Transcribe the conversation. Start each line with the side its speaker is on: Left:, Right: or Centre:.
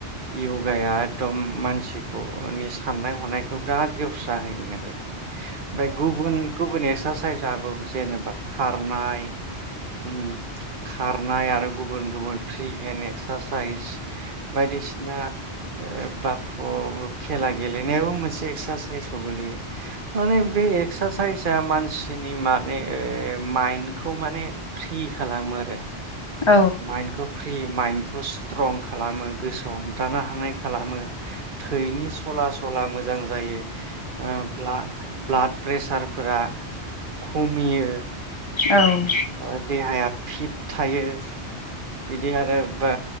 Right: यगाया एकदम मानसिखौनि साननाय हनायखौ बिराद गेवस्रा होयोन आरोखि ओमफ्राय गुबुन गुबुन एस एक्सारसाइसआबो जेनेबा खारनाय उम खारनाय आरो गुबुन गुबुन फ्रि हेन्ड एक्सारसाइस बायदिसिना ओ बाफु खेला गेलेनायाबो मोनसे एक्सारसाइसाव गोलैयो माने बे एक्सारसाइज यामानस मानसिनि माने ओ माइन्दखौ माने फ्रि खालामो आरो
Left: औ औ
Right: माइनखो फ्रि माइन्डखौ स्ट्रं खालामो गोसोआव हमथानो हानाय खालामो थैनि सला स सला मोजां जायो ओ ब्ला ब्लाड प्रेसारफोरा खमियो
Left: औ
Right: ओ देहाया फिट थायो। बिदि आरो बा